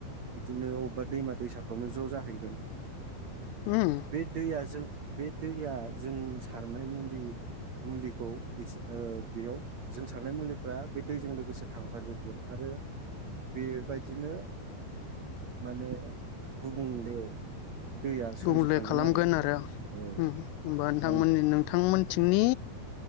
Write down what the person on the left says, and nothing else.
उम
गुबुले खालामगोन आरो होम
होमबा नोंथांमोननि
नोंथांमोनथिंनि